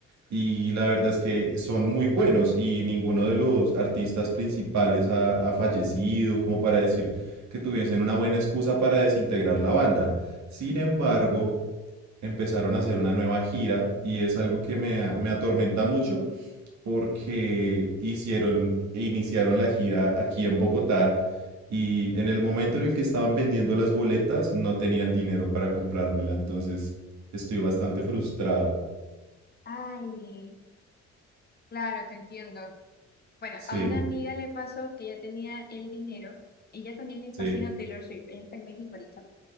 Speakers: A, on the right; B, on the left.
A: y la verdad es que son muy buenos y ninguno de los artistas principales ha, ha fallecido como para decir que tuviesen una buena excusa para desintegrar la banda. Sin embargo, empezaron a hacer una nueva gira y es algo que me, me atormenta mucho porque hicieron, iniciaron la gira aquí en Bogotá y en el momento en el que estaban vendiendo las boletas no tenía el dinero para comprármela, entonces estoy bastante frustrado.
B: Ay, claro, te entiendo. Bueno,
A: Sí,
B: a una amiga le pasó que ella tenía el dinero. Ella también le
A: sí,
B: fascina Taylor Swift. Ella está en México ahorita.